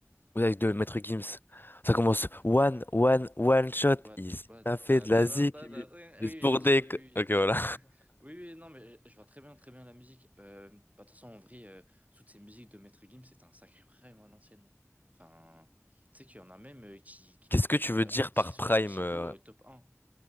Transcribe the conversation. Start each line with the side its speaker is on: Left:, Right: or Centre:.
Left: ouais, avec de Maître Gims. Ça commence
Right: One
Left: One,
Right: shot,
Left: One, One Shot.
Right: one,
Left: Il
Right: one.
Left: a fait
Right: Ah,
Left: de
Right: ta,
Left: la zik,
Right: ta, ta, ta,
Left: mais
Right: ta.
Left: juste
Right: Oui,
Left: pour
Right: oui, bien sûr,
Left: des.
Right: oui,
Left: co-
Right: oui,
Left: Ok,
Right: oui.
Left: voilà.
Right: Oui, oui, non, mais je vois très bien, très bien la musique. Euh, bah, de toute façon, en vrai, euh, toutes ces musiques de Maître Gims, c'était un sacré prime à l'ancienne. Enfin, tu sais qu'il y en a même euh, qui,
Left: <laughs>
Right: qui
Left: Qu'est-ce
Right: le mettraient
Left: que tu
Right: comme
Left: veux
Right: euh,
Left: dire
Right: artistes
Left: par prime?
Right: euh, musicaux
Left: euh,
Right: euh, top un